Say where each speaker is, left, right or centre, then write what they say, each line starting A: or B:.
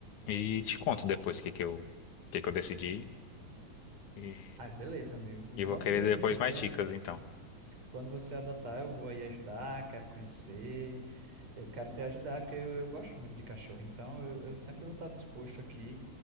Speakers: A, on the left (about 75°); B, on the right (about 55°).
A: e te conto depois o que que eu, que que eu decidi. E,
B: Ai, beleza, amigo. Me
A: e
B: conte
A: vou querer
B: mesmo,
A: depois
B: porque
A: mais dicas, então.
B: Quando você adotar, eu vou aí ajudar, quero conhecer, eu quero te ajudar, porque eu, eu gosto muito de cachorro, então eu, eu sempre vou estar disposto aqui